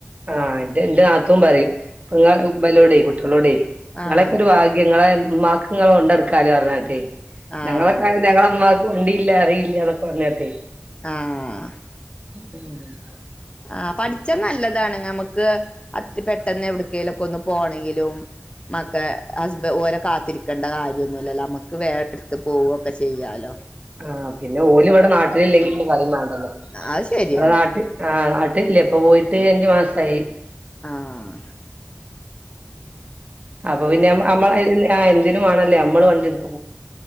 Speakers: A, on the right (about 35°); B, on the left (about 25°).
A: ആഹ് ഇന്റെ ഇൻ്റെ നാത്തൂൻ പറയും ഇപ്പങ്ങ ഇബലോടെ കുട് ളോടേയ് ഇങ്ങളെക്കെ
B: ആഹ്
A: ഒരു ഭാഗ്യം ഇങ്ങളെ ഇമ്മാക്ക്ങ്ങളെ കൊണ്ടട്ക്കാ ലോ പറഞ്ഞാട്ടെ
B: ആഹ്
A: ഞങ്ങളെക്ക ഞങ്ങള ഇമ്മാക്ക് വണ്ടിയില്ല അറിയില്ല ന്നൊക്കെ പറഞ്ഞാട്ടെ
B: ആഹ്
A: ആ
B: ആ പഠിച്ചാ നല്ലതാണ് നമുക്ക് അത്തി പെട്ടെന്ന് എവിട്ക്കേലൊക്കെ ഒന്ന് പോണങ്കിലും മക്കെ ഹസ്ബ ഓരോ കാത്തിരിക്കേണ്ട കാര്യൊന്നുല്ലല്ലോമ്മ ക്ക് വേഠ ഇട്ത്ത് പോവൊക്കെ ചെയ്യാലോ
A: ആ പിന്നെ ഓലും ഇവിടെ നാട്ടിൽ ഇല്ലെങ്കി പിന്നെ പറിം വേണ്ടല്ലോ
B: അത് ശരിയാണ്
A: <unintelligible> നാട്ടി ആ നാ ഇല്ല്യ ഇപ്പൊ പോയിട്ട് അഞ്ചു മാസായി
B: ആഹ്
A: അപ്പൊ പിന്നെ അം അമ്മള ആ എന്തിനും വാണല്ലോ നമ്മള് വണ്ടിട്